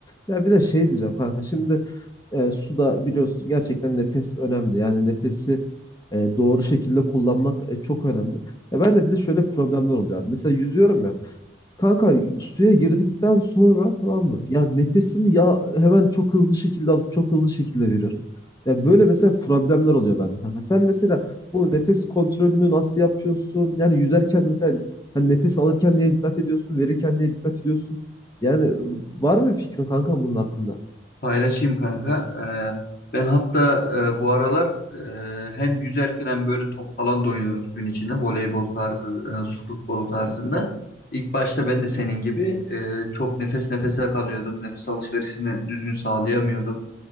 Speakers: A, on the left (about 20°); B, on the left (about 50°).
A: Ya bir de şey diyeceğim kanka. Şimdi e, suda biliyorsun gerçekten nefes önemli. Yani nefesi e, doğru şekilde kullanmak e, çok önemli. Ya ben de bir de şöyle problemler oluyor abi. Mesela yüzüyorum ya. Kanka suya girdikten sonra tamam mı? Ya nefesimi ya hemen çok hızlı şekilde alıp çok hızlı şekilde veriyorum. Ya böyle mesela problemler oluyor bende kanka. Sen mesela bu nefes kontrolünü nasıl yapıyorsun? Yani yüzerken mesela hani nefes alırken neye dikkat ediyorsun? Verirken neye dikkat ediyorsun? Yani var mı bir fikrin kanka bunun hakkında?
B: Paylaşayım kanka. Ee, ben hatta e, bu aralar e, hem yüzerken hem böyle top falan da oynuyorum suyun içinde. Voleybol tarzı, e, su futbolu tarzında. İlk başta
A: Çok güzel.
B: ben de senin gibi e, çok nefes nefese kalıyordum. Nefes alışverişini düzgün sağlayamıyordum.